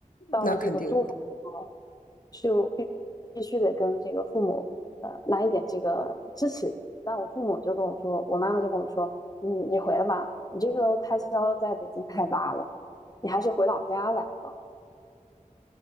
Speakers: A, on the left; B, on the left.
A: 到了这个租房的时候，
B: 那肯定。
A: 就必必须得跟这个父母。呃来一点这个支持。但我父母就跟我说，我妈妈就跟我说，你你回来吧，你这个开销在北京太大了，你还是回老家来吧。